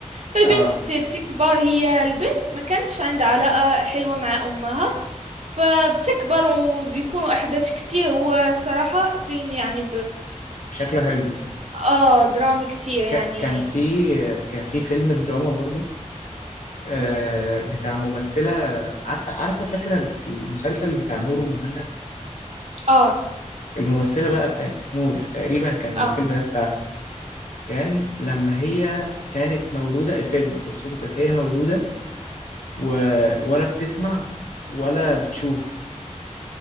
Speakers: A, on the right; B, on the left.
A: فالبنت
B: آه
A: بت- بتكبر هي البنت ما كانتش عندها علاقة حلوة مع أمها فبتكبر وبيكونوا أحداث كتير هو صراحة فيلم يعني
B: شكله حلو
A: اه درامي كتير يعني
B: ك- كان في كان في فيلم دراما برضو آه،
A: مم.
B: بتاع ممثلة عارفة عارفة فاكرة المسلسل بتاع نور ومهند
A: اه
B: الممثلة بقى بتاعت نور تقريبا كان
A: اه
B: الفيلم ده بتاعها كان لما هي كانت مولودة الفيلم قصته كانت هي مولودة و... ولا بتسمع ولا بتشوف